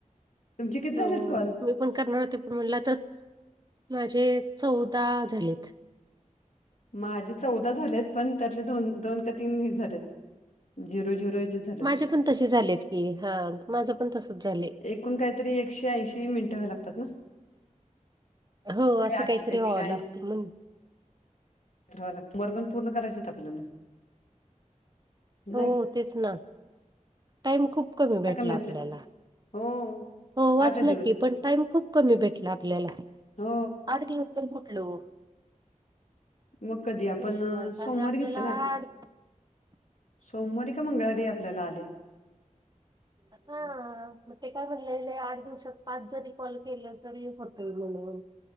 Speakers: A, on the left; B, on the right.
A: किती
B: हो
A: झालेत कॉल
B: म पण करणार होते पण म्हण तर माझे चौदा झालेत.
A: माझे चौदा झालेत पण त्यातले दोन दोन का तीन झालेत झिरो झिरो झालेत
B: माझे पण तसे झालेत की हा माझं पण तसच झालं.
A: एकूण काहीतरी एकशे ऐंशी मिनटं व्या लागतात ना.
B: हो असं
A: एकशे
B: काहीतरी
A: एकशे
B: व्हावं लागतं म्हण.
A: वा लाग तमर पण पूर्ण करायचे आपल्याला नाही
B: हो तेच ना टाइम खूप कमी
A: आला
B: भेटला
A: का मेसेज
B: आपल्याला
A: हो
B: हो वाचलं
A: आठ दिवस
B: की पण टाइम खूप कमी भेटला आपल्याला
A: हो
B: आठ दिव हॅलो
A: मग कधी आपण
B: कस ना कार
A: सोमवारी
B: आपल्याला
A: घेतलं ना
B: आड.
A: सोमवारी क मंगळवारी आपल्याला आले.
B: हा मतेे काय बलेले आर् दिवस. पाच जरी कॉल केलं तरी करत म्हणून